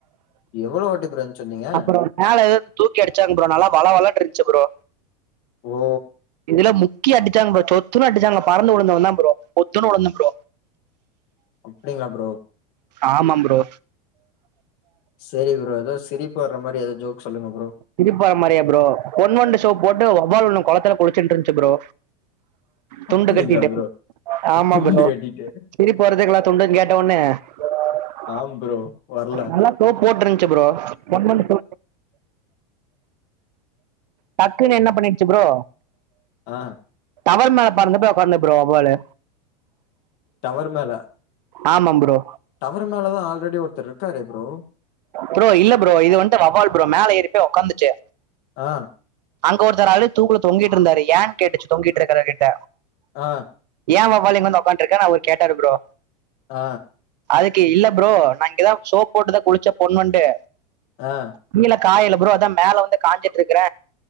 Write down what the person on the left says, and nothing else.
எவ்வளோ வாட்டி ப்ரோ இருந்துச்சு வந்தீங்க
ஓ
அப்டிங்களா ப்ரோ
சரி ப்ரோ ஏதோ சிரிப்பு வர்ற மாதிரி எதோ ஜோக் சொல்லுங்க ப்ரோ
அப்டிங்களா
ப்ரோ
துண்டு
கட்டிட்டு
ஆம் ப்ரோ வர்ல
ஆ
டவர் மேல
டவர் மேல தா ஆல்ரெடி ஒருத்தர் இருக்காரே ப்ரோ
அ
அ
அ
அ